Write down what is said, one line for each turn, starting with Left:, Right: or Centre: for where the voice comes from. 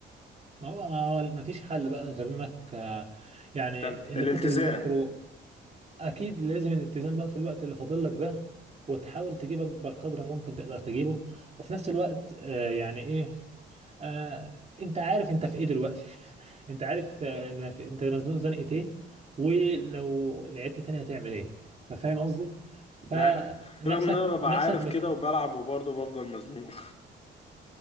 Right: ما هو ما هو- ما فيش حل بقى غير انك آه، يعني
Left: تالت
Right: اللي
Left: الالتزام
Right: كنت بتذاكره اكيد لازم الالتزام بقى في الوقت اللي فاضل لك ده وتحاول تجيب اكبر قدر ممكن تقدر تجيبه وفي نفس الوقت آه يعني ايه آه انت عارف انت في ايه دلوقتي <laughs> انت عارف آه إن في- انت مزنوق زنقة ايه ولو لعبت تاني هتعمل ايه ففاهم قصدي فنفسك
Left: مع رغم ان انا ببقى
Right: نفسك
Left: عارف
Right: بت...
Left: كده وبلعب وبرضه بفضل مزنوق